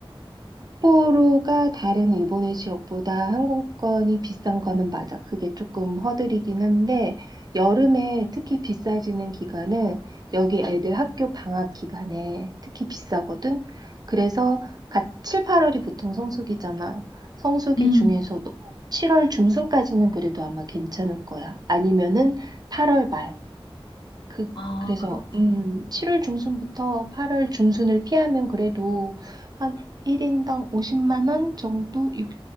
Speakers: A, on the right (about 45°); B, on the left (about 55°).
A: 삿포로가 다른 일본의 지역보다 항공권이 비싼 거는 맞아. 그게 조금 허들이긴 한데, 여름에 특히 비싸지는 기간은 여기 애들 학교 방학 기간에 특히 비싸거든. 그래서 갓 7, 8월이 보통 성수기잖아. 성수기
B: 음.
A: 중에서도 7월 중순까지는 그래도 아마 괜찮을 거야. 아니면은 8월 말. 그,
B: 아,
A: 그래서,
B: 그렇구나.
A: 음, 7월 중순부터 8월 중순을 피하면 그래도 한 1인당 50만 원 정도, 육